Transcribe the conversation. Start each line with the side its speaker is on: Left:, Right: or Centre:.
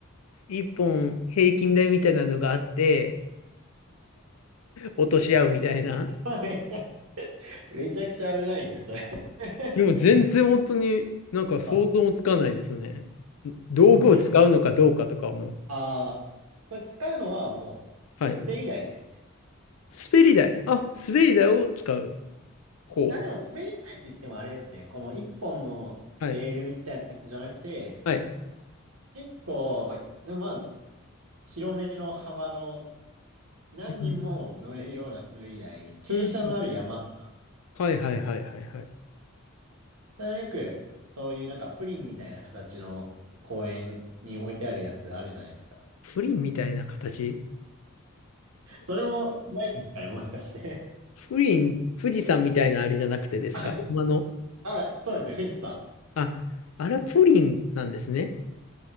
Left: 一本平均台みたいなのがあって、落とし合うみたいな。
Right: <laughs> めちゃくちゃ、めちゃくちゃ危ないですね、それ。
Left: でも全然本当になんか想像もつかないですね。
Right: <laughs> あ、こ
Left: 道具を使うのかどうかとかも。
Right: れあー、これ使うのはもう滑り台ですね。
Left: はい。滑り台。あ、滑り台を使う。方
Right: あ、でも滑り台って言ってもあれですね。この一本のレールみたいなやつじゃなくて、
Left: はい。はい。
Right: 結構、でもまあ、広めの幅の何人も乗れるような滑り台、
Left: うん。
Right: 傾斜のある山。
Left: うん
Right: だか
Left: はいはいはいはいはい。
Right: らよく、そういうなんかプリンみたいな形の公園に置いてあるやつあるじゃないですか。
Left: プリンみたいな形
Right: それもないんですかね、もしかして。
Left: プリン、富士山みたいなあれじゃなくてですか山の。
Right: <laughs> あ、あ、そうですね、富士山。い
Left: あ、あらプリンなんですね。